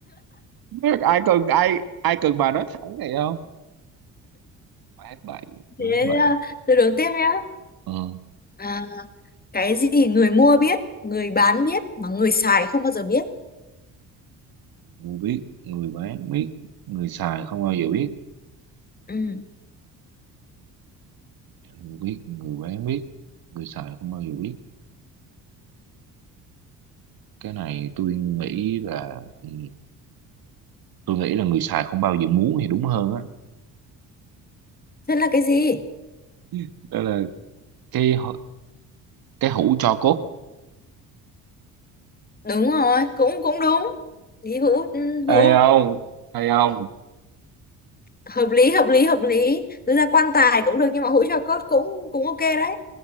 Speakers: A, on the right; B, on the left.
A: đi ai cần ai ai cần bà nói thẳng này không quá bậy quá
B: Thế
A: bậy
B: uh, từ đầu tiếp nhá.
A: ờ
B: À, cái gì người mua biết, người bán biết mà người xài không bao giờ biết.
A: người biết người bán biết người xài không bao giờ biết
B: Ừ.
A: người biết người bán biết người xài không bao giờ biết cái này tôi nghĩ là ừ, tôi nghĩ là người xài không bao giờ muốn thì đúng hơn á
B: Thế là cái gì?
A: <laughs> đó là cái hũ- cái hũ tro cốt
B: đúng rồi cũng cũng đúng lý hữu ừ,
A: Hay
B: hữu
A: không? Hay không?
B: hợp lý hợp lý hợp lý thực ra quan tài cũng được nhưng mà hũ cho cốt cũng cũng ok đấy